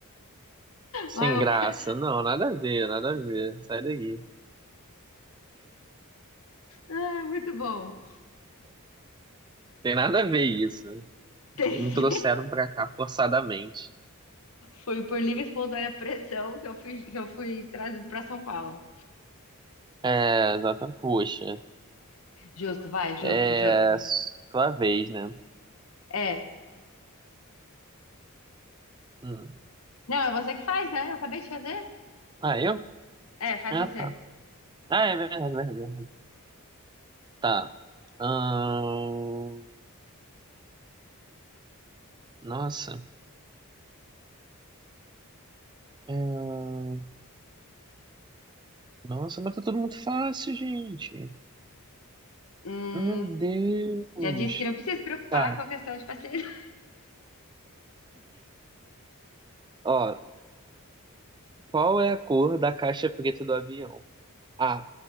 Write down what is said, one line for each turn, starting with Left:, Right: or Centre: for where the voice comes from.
Right: Sem
Left: Mas eu-
Right: graça, não, nada a ver, nada a ver, sai daí.
Left: Ah, muito bom.
Right: Tem nada a ver isso. Me
Left: Tem-
Right: trouxeram
Left: <laughs>
Right: pra cá forçadamente.
Left: Foi por livre e espontânea pressão que eu fui, que eu fui trazido pra São Paulo.
Right: É, exatamente, poxa.
Left: Justo, vai, justo,
Right: É,
Left: justo.
Right: sua vez, né?
Left: É.
Right: Hum.
Left: Não, é você que faz, né? Eu acabei de fazer.
Right: Ah, eu?
Left: É, faz
Right: Ah,
Left: você.
Right: tá. Ah, é verdade, verdade. verdade. Tá. Ahn, nossa. Ahn, nossa, mas tá tudo muito fácil, gente.
Left: Hum,
Right: Meu Deus.
Left: já disse que não precisa se preocupar
Right: Tá.
Left: com a questão de facilidade.
Right: Ó, qual é a cor da caixa preta do avião? A.